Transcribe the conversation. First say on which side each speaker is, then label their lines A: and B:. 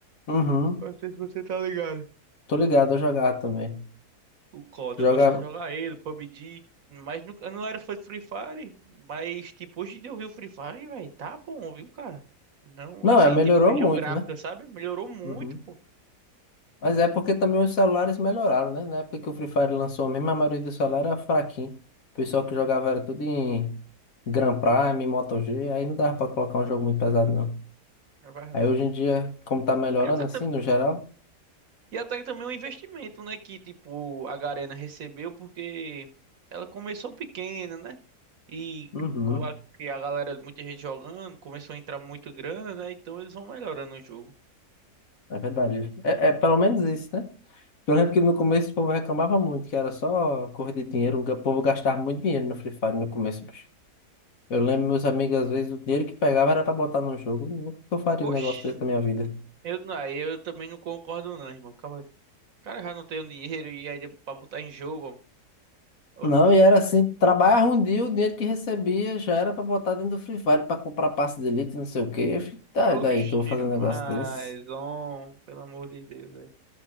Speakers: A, on the left (about 60°); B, on the right (about 60°).
A: Uhum.
B: Não sei se você tá ligado.
A: Tô ligado, eu jogava também.
B: O COD, eu
A: Jogava.
B: gostava de jogar ele, PUBG, mas nunca, eu não era fã de Free Fire, mas tipo, hoje em dia eu vi o Free Fire, velho, tá bom, viu, cara? Não,
A: Não,
B: assim,
A: é, melhorou
B: tipo, questão
A: muito,
B: gráfica,
A: né?
B: sabe? Melhorou muito,
A: Uhum.
B: pô,
A: Mas é porque também os celulares melhoraram, né? Na época que o Free Fire lançou mesmo, a maioria do celular era fraquinho. O pessoal que jogava era tudo em Grand Prime, Moto G, aí não dava pra colocar um jogo muito pesado, não.
B: é verdade.
A: Aí hoje em dia, como tá melhorando
B: E essa
A: assim,
B: também.
A: no geral,
B: E até que também um investimento, né? Que, tipo, a Garena recebeu porque ela começou pequena, né? E
A: uhum,
B: com a, que a galera, muita gente jogando, começou a entrar muito grana, né? Então eles vão melhorando o jogo.
A: é verdade. É, é pelo menos isso, né? Eu lembro que no começo o povo reclamava muito, que era só corrida de dinheiro, o povo gastava muito dinheiro no Free Fire no começo, bicho. Eu lembro meus amigos, às vezes, o dinheiro que pegava era pra botar num jogo. Nunca que eu faria
B: Oxi,
A: um negócio desse na minha vida.
B: eu, não, aí eu também não concordo não, irmão. Acaba- Cara, já não tenho dinheiro e aí pra botar em jogo, ó.
A: Não,
B: Oxi,
A: e era assim, trabalhava um dia, o dinheiro que recebia já era pra botar dentro do Free Fire, pra comprar passe de elite, não sei o quê. Eu fiquei, tá,
B: oxi,
A: e daí que eu vou fazer
B: mas,
A: um negócio desse?
B: homem, pelo amor de Deus, velho.